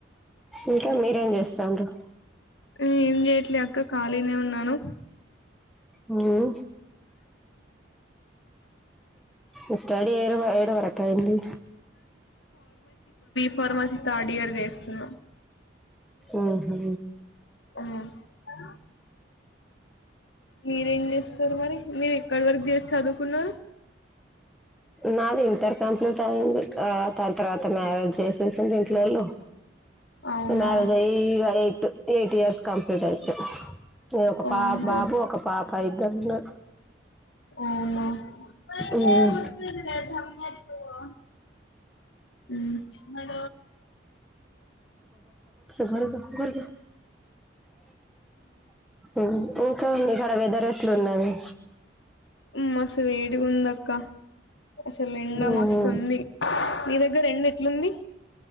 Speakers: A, in the centre; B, on the left.
A: ఇంకా మీరేం జేస్సండ్రు
B: ఏం జేయట్లే అక్క ఖాళీనే ఉన్నాను
A: హుం హ స్టడీ ఏడు ఏడు వరక్ టైంది
B: ఫార్మాసీ థార్డియరు చేస్తున్నా
A: ఉహు
B: ఆ అ మీరేం చేస్తారు మరి మీరు ఎక్కడ వర్క్ చేసి చదువుకున్నారు
A: నాది ఇంటర్ కంప్లీట్ అయింది ఆ తంత్ర తను యాదో చేసేసండి ఇంట్లోళ్ళు
B: అవునా
A: మ్యారేజ్ అయి ఇగ ఎయిట్ ఎయిట్ ఇయర్స్ కంప్లీట్ అయి కె ఒక
B: ఓహో
A: పా బాబు ఒక పాప్ పైదర్లు
B: వునా <unintelligible>
A: ఉమ్
B: నువ్వు మ్
A: <unintelligible> గురిజా ఉమ్ ఇంకా ఇక్కడ వెదర్ ఎట్లున్నది
B: మస్తు వేడి గ ఉందక్క అసలు ఎండా
A: ఉహు
B: మస్తు ఉంది మీ దగ్గర ఎండ ఎట్లుంది